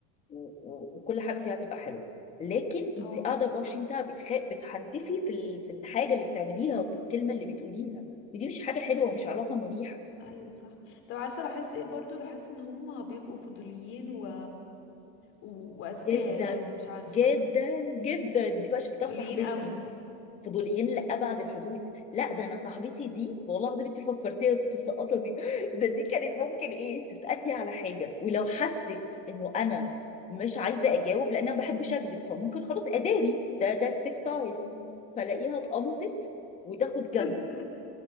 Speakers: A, on the left (about 20°); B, on the left (about 40°).
A: و- و- وكل حاجه فيها هتبقى حلوه لكن انت
B: اه
A: قاعده 24 ساعه بتخ... بتحنتفي في ال... في الحاجه اللي بتعمليها وفي الكلمه اللي بتقوليها ودي مش حاجه حلوه ومش علاقه مريحه
B: ايوه صح طب عارفه لاحظت ايه برضو لاحظت ان هم بيبقوا فضوليين و و- وأذكياء
A: جدا
B: يعني مش عارفة
A: جدا جدا دي بقى شفتها
B: فضوليين
A: في صاحبتي
B: قوي
A: فضوليين لأبعد الحدود لا ده أنا صاحبتي دي والله العظيم أنت فكرتيها أنا كنت مسقطة دي <laughs> ده دي كانت ممكن إيه تسألني على حاجة ولو حست إنه أنا مش عايزة أجاوب لأن أنا ما بحبش أكذب فممكن خلاص أداري ده ده السيف سايد
B: مم.
A: فلاقيها اتقمصت وتاخد جنب
B: <laughs>